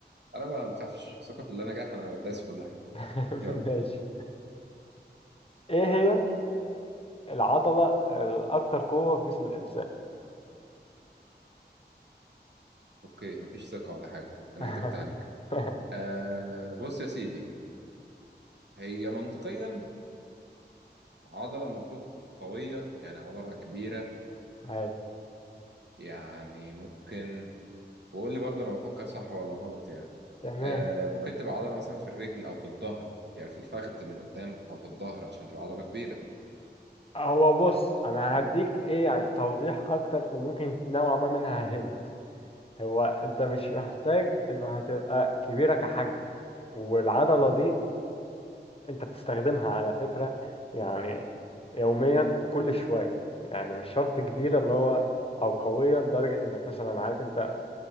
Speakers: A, on the right; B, on the left.
A: انا بقى ما بخافش ثقة في الله نجاح انا دايس في كل حاجة
B: <laughs>
A: يلا
B: ماشي ايه هي العضله الاكثر قوه في جسم الانسان
A: اوكي مفيش ثقة ولا حاجة انا
B: <laughs>
A: كدبت عليك آه بص يا سيدي هي منطقيا عضلة المفروض قوية يعني عضلة كبيرة
B: أيوة،
A: يعني ممكن وقول لي برضه انا بفكر صح ولا غلط يعني
B: تمام
A: آه ممكن تبقى عضله مثلا في الرجل او في الظهر يعني في الفخذ من قدام او في الظهر عشان تبقى عضله كبيره
B: هو بص انا هديك ايه يعني توضيح اكتر وممكن نوعا ما منها هنت هو انت مش محتاج ان هتبقى كبيرة كحجم والعضلة دي انت بتستخدمها على فكرة يعني يوميا وكل شوية يعني مش شرط كبيرة اللي هو او قوية لدرجة انك مثلا عارف انت